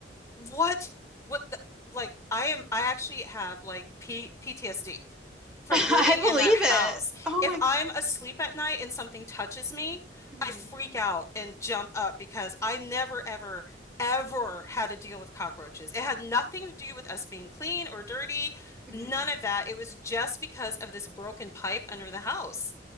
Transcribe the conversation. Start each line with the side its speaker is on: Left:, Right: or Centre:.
Left: what? What the, like I am I actually have like P PTSD
Centre: <laughs>
Left: from
Centre: I
Left: living
Centre: believe
Left: in that house.
Centre: it. Oh
Left: If
Centre: my God.
Left: I'm asleep at night and something touches me,
Centre: Mhm.
Left: I freak out and jump up because I never ever ever had to deal with cockroaches. It had nothing to do with us being clean or dirty,
Centre: Mhm.
Left: none of that. It was just because of this broken pipe under the house.